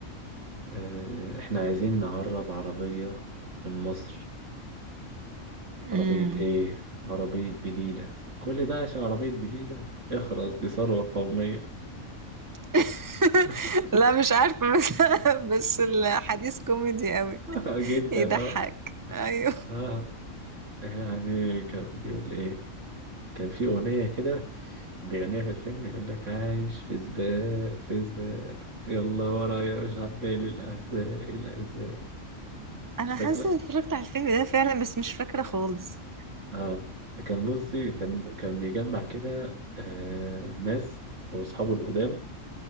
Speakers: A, on the right (about 65°); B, on the right (about 25°).
A: <laughs> آه، احنا عايزين نهرب عربية من مصر
B: أمم.
A: عربية ايه عربية بليلة كل ده عشان عربية بليلة اخرس دي ثروة قومية
B: <laughs>
A: <laughs>
B: لا مش عارفة بس <laughs> بس الحديث كوميدي قوي
A: <laughs> آه، جدا
B: يضحك
A: اه
B: ايوه
A: اه يعني كان بيقول ايه كان في اغنيه كده كان بيغنيها في الفيلم يقول لك عايش في سباق في سباق يلا ورايا مش عبالي الاحزاب الاجزاء
B: انا
A: مش فاكره
B: حاسة إني اتفرجت على الفيلم ده فعلا بس مش فاكرة خالص
A: اه كان بصي كان كان بيجمع كده آه ناس هو اصحابه القدام